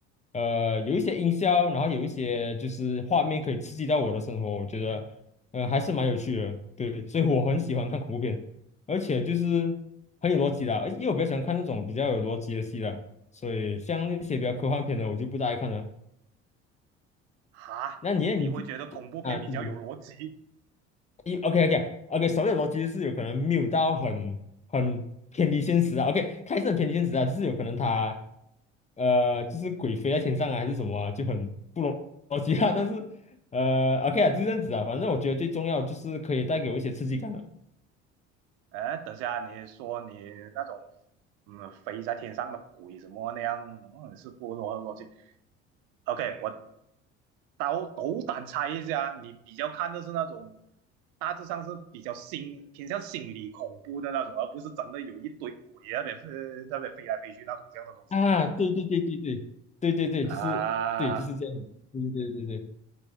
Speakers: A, on the left; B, on the right.
A: 呃，有一些音效，然后有一些就是画面可以刺激到我的生活，我觉得，呃，还是蛮有趣的。对，所以我很喜欢看恐怖片，而且就是很有逻辑的，而因为我比较喜欢看那种比较有逻辑的戏啦，所以像那些比较科幻片的，我就不大爱看了。
B: 哈，
A: 那你你
B: 你会觉得恐怖片比较有逻辑，
A: 啊，比如一 OK OK OK，手写逻辑是有可能没有到很很偏离现实啊。OK，它也是很偏离现实啊，就是有可能它呃就是鬼飞在天上啊，还是什么啊就很不逻逻辑啊。<laughs> 但是呃 OK 啊，就这样子啊。反正我觉得最重要就是可以带给我一些刺激感了
B: 哎，等下你说你那种嗯飞在天上的鬼什么那样，嗯，是不？萝逻辑。OK，我斗斗胆猜一下，你比较看的是那种大致上是比较心偏向心理恐怖的那种，而不是真的有一堆鬼在那边飞在那边飞来飞去那种这样的东西
A: 啊。对对对对对对对对，
B: 啊。
A: 就是对就是这样的，对对对对对